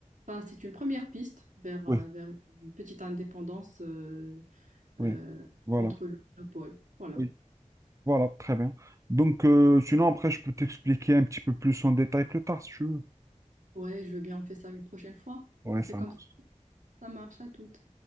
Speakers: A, on the right (about 70°); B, on the right (about 25°).
A: enfin, c'est une première piste vers,
B: oui,
A: euh, vers une petite indépendance euh,
B: oui.
A: euh,
B: Voilà,
A: contre le monopole. Voilà.
B: oui, voilà, très bien. Donc, euh, sinon, après, je peux t'expliquer un petit peu plus en détail plus tard, si tu veux.
A: Ouais, je veux bien, on fait ça une prochaine fois.
B: Ouais,
A: On fait
B: ça
A: comme
B: marche.
A: ça. Ça marche à toutes.